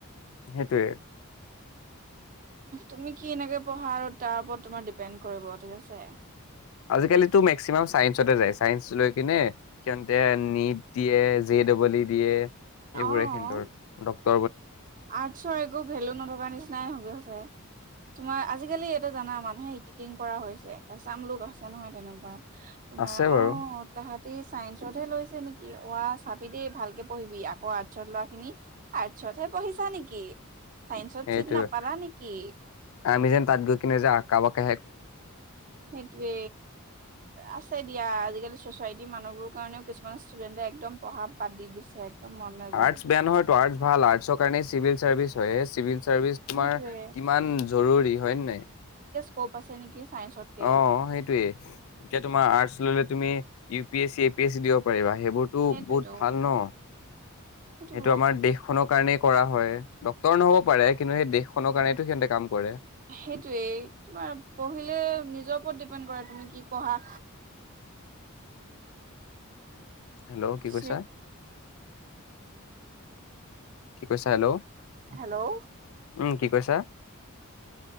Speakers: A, on the left (about 65°); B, on the right (about 40°).
A: সেইটোৱেই
B: তুমি কি এনেকে পঢ়াৰত তাৰ ওপৰত তোমাৰ ডিপেণ্ড কৰিব ঠিক আছে
A: আজিকালিতো মেক্সিমাম চাইন্স‌অটে‌ যায় চাইন্স লৈ কিনে সিয়তে নিট দিয়ে জে ডবল ই দিয়ে
B: অ'।
A: এইবোৰে কিন্তু ত
B: আৰ্টছৰ একো ভেলু নথকা নিচিনাই হৈ গৈছে তোমাৰ আজিকালি এইটো জানা মানুহে ইটিকিং কৰা হৈছে এছাম লোক আছে নহয় তেনেকুৱা তোমাৰ
A: আছে বাৰু
B: অঁ তাহাত ত চাইন্সত হে লৈছে নেকি অঁ চাবি দেই ভালকে পঢ়িবি আকৌ আৰ্টছত লৰা খিনি আৰ্টছত হে পঢ়িছা নেকি চাইন্সত
A: সেইটোৱে
B: চিত‌‌ নাপালা নেকি
A: আমি যেন তাত গৈ কিনে যে আকাকে
B: সেইটোৱে আছে দিয়া আজিকালি চ'চাইটিৰ মানুহবোৰৰ কাৰণেও কিছুমান ষ্টুডেন্টে একদম পঢ়া বাদ দি দিছে একদম মন নাযায়
A: আৰ্টছ বেয়া নহয় তো আৰ্ট ভাল আৰ্টছৰ কাৰণে চিভিল চাৰ্ভিচ হয়ে চিভিল চিভিল চাৰ্ভিছ
B: সেইটোৱে
A: তোমাৰ কিমান জৰুৰী হয়নাই
B: ক' আছে নেকি চাইন্সতকে
A: অঁ সেইটোয়ে এতিয়া তোমাৰ আৰ্টচ ললে তুমি U P S A পিছি দিব পাৰিব সেইবোৰতো
B: সেইটোৱেতো
A: বহুত ভাল ন
B: সেইটো
A: এইয়া আমাৰ দেশখনৰ কাৰণে কৰা হয় ডক্তৰ নহ'ব পাৰে কিন্তু সেই দেশখনৰ কাৰণেতো সিহঁতে কাম কৰে
B: সেইটোৱেই তোমাৰ পঢ়িলে নিজৰ ওপৰত ডিপেণ্ড কৰে তুমি কি পঢ়া
A: হেল্ল' কি কৈছা
B: চিট
A: কি কৈছা হেল্ল'
B: হেল্ল'
A: উম কি কৈছা